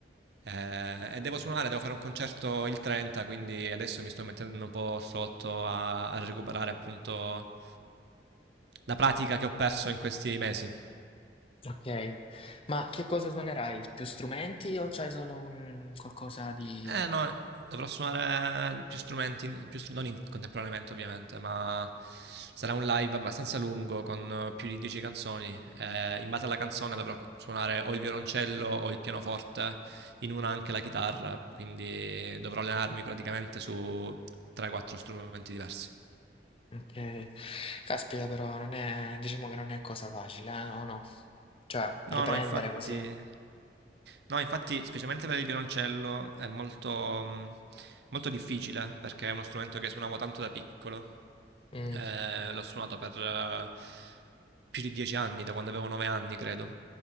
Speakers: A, on the right; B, on the left.
A: Eh, e devo suonare, devo fare un concerto il 30, quindi adesso mi sto mettendo un po' sotto a, a recuperare appunto la pratica che ho perso in questi mesi.
B: Ok, ma che cosa suonerai? Più strumenti o c'hai solo un qualcosa di...
A: Eh no, dovrò suonare più strumenti, più str- non in- contemporaneamente ovviamente, ma sarà un live abbastanza lungo con eh, più di 10 canzoni. Eh, in base alla canzone dovrò suonare o il violoncello o il pianoforte, in una anche la chitarra, quindi dovrò allenarmi praticamente su 3-4 strumenti diversi.
B: Ok, caspita però, non è... diciamo che non è cosa facile, eh? O no? Cioè,
A: No,
B: riprendere
A: no, infatti,
B: così.
A: no, infatti, specialmente per il violoncello è molto, mh, molto difficile perché è uno strumento che suonavo tanto da piccolo.
B: Mm,
A: Eh, l'ho suonato per eh, più di dieci anni, da quando avevo nove anni, credo.